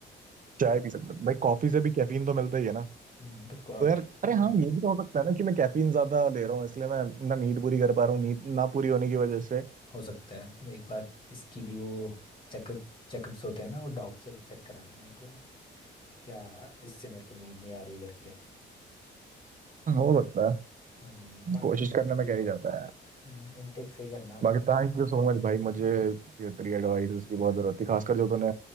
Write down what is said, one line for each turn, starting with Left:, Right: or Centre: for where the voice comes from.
Right: चाय पी सकते हैं भाई कॉफी से भी कैफीन तो मिलता ही है ना
Left: हम्म, पर कॉफ़ी
Right: तो यार अरे
Left: भी
Right: हाँ ये भी तो हो सकता है ना कि मैं कैफीन ज्यादा ले रहा हूँ इसलिए मैं ना नींद पूरी कर पा रहा हूँ नींद ना पूरी होने की वजह से
Left: हो सकता है एक बार इसकी भी वो चेकअप चेकअप्स होते हैं ना वो डॉक्टर से चेक करा लेना एक बार क्या इससे मेरे को नींद नहीं आ रही करके
Right: हो सकता है
Left: हम्म, बाकी
Right: कोशिश
Left: तो सब
Right: करने में
Left: ठीक
Right: क्या ही
Left: है
Right: जाता है
Left: इनटेक सही करना अपना
Right: बाकी थैंक यू सो मच भाई मुझे ये तेरी एडवाइस की बहुत जरूरत थी खासकर जो तूने